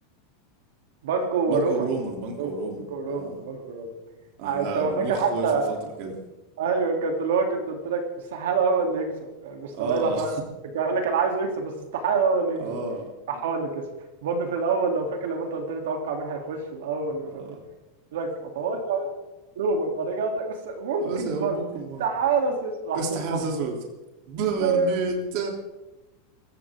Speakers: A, on the right (about 75°); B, on the right (about 45°).
A: بانكو ورومان
B: بانكو رومان بانكو
A: رومان-
B: رومان
A: بانكو ورومان
B: اه
A: بانكو ورومان
B: اه
A: ع- انت هو
B: ها، مخ
A: فاكر حتى
B: وقف لفترة كده
A: ايوه كنت اللي هو كنت قلت لك استحاله هو اللي يكسب يعني مستبعدها
B: اه
A: خالص كنت قايل لك انا عايزه يكسب بس استحاله هو اللي يكسب
B: <laughs> اه
A: راح هو اللي كسب برضه في الاول لو فاكر لما انت قلت لي توقع مين هيخش الاول ومش
B: اه
A: عارف ايه قلت لك اتوقع نوبل بعد كده ت- بس ممكن
B: بس يا
A: بنك
B: ابوكم
A: استحاله
B: بان-
A: سيس راح
B: استحالة
A: سيس راح
B: تسود برنيدان
A: بيم.